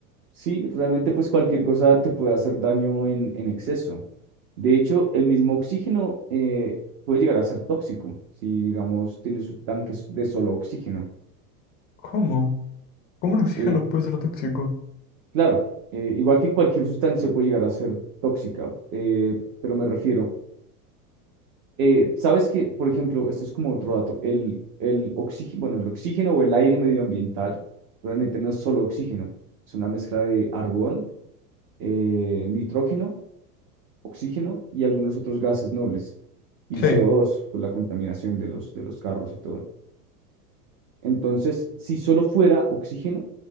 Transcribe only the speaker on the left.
¿Cómo? ¿Cómo el oxígeno
puede ser tóxico?
Sí.